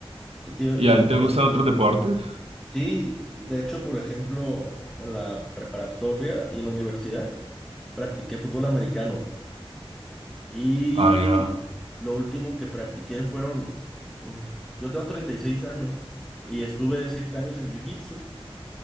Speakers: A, in the centre; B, on the right.
A: ¿Qué te iba a
B: ¿Y
A: decir?
B: a ti te
A: Eh,
B: gustan otros deportes?
A: Sí, de hecho, por ejemplo, en la preparatoria y en la universidad practiqué fútbol americano y
B: Ah, ya.
A: lo último que practiqué fueron, mm, yo tengo 36 años y estuve 7 años en jiu-jitsu.